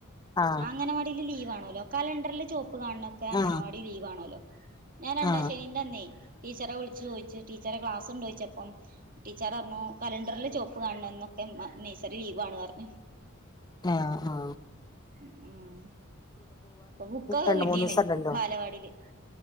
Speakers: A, on the left; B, on the right.
A: ആ
B: അംഗനവാടിൽ ലീവ് ആണോല്ലോ കലണ്ടറിൽ ചുവപ്പ് കാണണൊക്കെ അംഗനവാടി
A: ആ
B: ലീവ് ആണോല്ലോ ഞാൻ രണ്ടാ
A: ആ
B: ശനി അന്നേ ടീച്ചറെ വിളിച്ചു ചോദു ടീച്ചറെ ക്ലാസ് ഉണ്ട ചോദിച്ചപ്പം ടീച്ചർ പറഞ്ഞു കലണ്ടറിൽ ചുവപ്പ് കാണ എന്നൊക്കെ നഴ്സറി ലീവാണ് എന്ന് പറഞ്ഞു <inaudible>
A: ആഹ ആഹ
B: ഉം അ ബുക്ക്ക്കൈകിട്ടീണേ
A: രണ്ട് മൂന്ന് ദിവസം ഉണ്ടല്ലോ
B: ബാലവാടിയില്